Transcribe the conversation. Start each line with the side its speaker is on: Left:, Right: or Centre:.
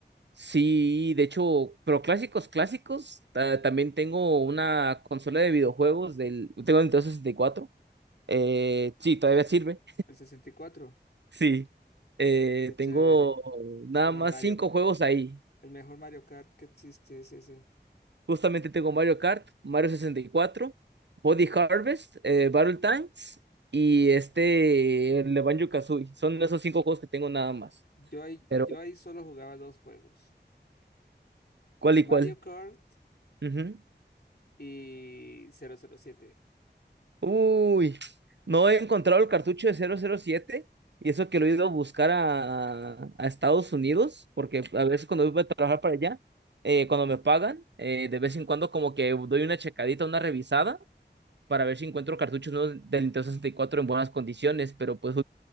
Right: Sí, de hecho, pero clásicos, clásicos, ta- también tengo una consola de videojuegos del, tengo Nintendo 64, eh, sí, todavía sirve,
Left: el 64,
Right: <laughs> sí, eh,
Left: qué chévere,
Right: tengo nada
Left: con
Right: más
Left: el Mario,
Right: cinco juegos ahí
Left: el mejor Mario Kart que existe es ese.
Right: Justamente tengo Mario Kart, Mario 64, Body Harvest, eh, Battle Tanks y este, el de Banjo-Kazooie. Son esos cinco juegos que tengo nada más.
Left: Yo ahí,
Right: Pero,
Left: yo ahí solo jugaba dos juegos,
Right: ¿cuál y
Left: Mario
Right: cuál?
Left: Kart
Right: Ujú.
Left: y 007.
Right: Uy, no he encontrado el cartucho de 007 y eso que lo he ido a buscar a, a Estados Unidos, porque a veces cuando voy a trabajar para allá, eh, cuando me pagan, eh, de vez en cuando como que doy una checadita, una revisada para ver si encuentro cartuchos nuevos del Nintendo 64 en buenas condiciones, pero pues